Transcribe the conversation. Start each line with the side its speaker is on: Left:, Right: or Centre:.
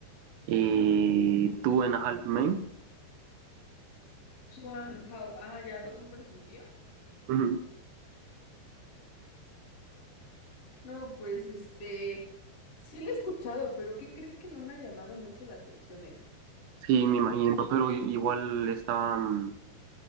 Right: Eh, Two and a Half Men.
Left: Swan How, ah, ya, dos hombres y medio.
Right: Ujú.
Left: No, pues este, sí la he escuchado, pero ¿qué crees que no me ha llamado mucho la atención esa?
Right: Sí, me imagino, pero i- igual está, mm,